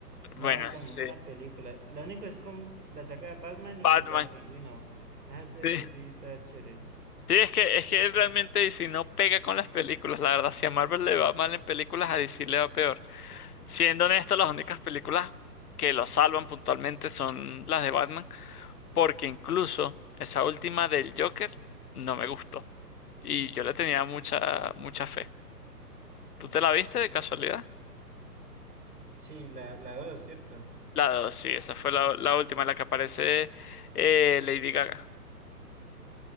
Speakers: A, on the right (about 70°); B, on the left (about 65°).
A: no
B: Bueno,
A: con
B: sí.
A: ninguna película. Lo único es con la saga de Batman y
B: Batman.
A: la del Pingüino. Ah, sí,
B: Sí.
A: sí, está chévere.
B: Sí, es que, es que realmente DC no pega con las películas. La verdad, si a Marvel le va mal en películas, a DC le va peor. Siendo honesto, las únicas películas que lo salvan puntualmente son las de Batman. Porque incluso esa última del Joker no me gustó. Y yo le tenía mucha, mucha fe. ¿Tú te la viste de casualidad?
A: Sí, la, la dos, ¿cierto?
B: La dos, sí, esa fue la, la última en la que aparece eh, Lady Gaga.